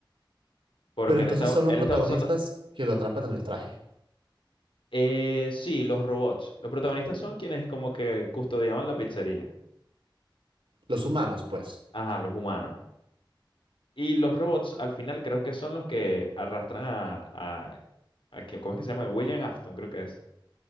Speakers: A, on the left; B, on the right.
A: Porque
B: Pero entonces
A: él estaba,
B: son
A: él
B: los protagonistas
A: estaba usando,
B: que lo atrapan en el traje,
A: eh, sí, los robots. Los protagonistas son quienes como que custodiaban la pizzería.
B: los humanos, pues.
A: Ajá, los humanos. Y los robots al final creo que son los que arrastran a, a, a que- ¿cómo es que se llama? El William Afton creo que es.